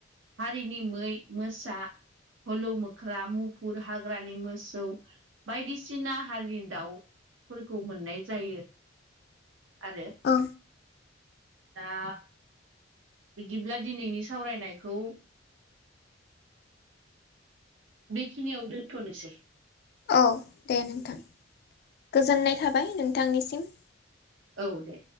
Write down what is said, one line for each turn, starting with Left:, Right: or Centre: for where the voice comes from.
Right: हारिनि मै मोसा हलौ मोख्रा मुफुर हाग्रानि मोसौ बायदिसिना हारि दाउफोरखौ मोननाय जायो आरो
Left: औ
Right: दा बिदिब्ला दिनैनि सावरायनायखौ बेखिनियाव दोनथ'नोसै
Left: औ दे नोंथां गोजोननाय थाबाय नोंथांनिसिम
Right: औ दे